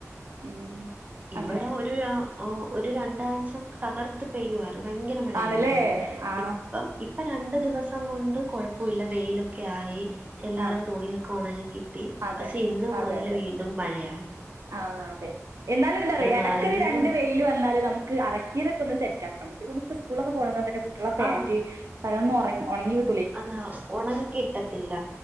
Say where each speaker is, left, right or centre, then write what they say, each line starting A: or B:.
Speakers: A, on the right (about 70°); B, on the right (about 30°).
A: ഉം
B: ഇവിടെ
A: അങ്ങനെ
B: ഒരു രാ ഒരു രണ്ടാഴ്ച്ചൊക്കെ തകർത്ത് പെയ്യുവാർന്നു ഭയങ്കര മഴയാരുന്നു
A: ആണല്ലേ ആ
B: ഇപ്പം ഇ പ്പ രണ്ട് ദിവസം കൊണ്ട് കൊഴപ്പോല്ല, വെയിലൊക്കെ ആയി. എല്ലാരേം
A: ആ
B: തുണിയൊക്കെ ഒണങ്ങിക്കി തി
A: അതെ
B: പക്ഷെ
A: അതെ
B: ഇന്ന് മൊതല്
A: അതെ
B: വീണ്ടും മഴയാ
A: ആഹ് അതെ എന്നാലുംന്താറിയൊ എടക്കൊരു
B: മാറിയും തിരിഞ്ഞും
A: രണ്ട് വെയില് ങ്കില് വന്നാല് നമുക്ക് അലക്കിയതൊക്കൊന്ന് സെറ്റാക്കാം പറ്റു ഇവലിപ്പസ്കൂള്ലക്കെ പോണതോണ്ടെന്നെ കുട്ട്യോളെ പാന്റ്
B: ആ
A: <unintelligible> ഒറങ്ങി ഒണങ്ങിക്കി
B: അതാ ഒണങ്ങിക്കിട്ടത്തില്ല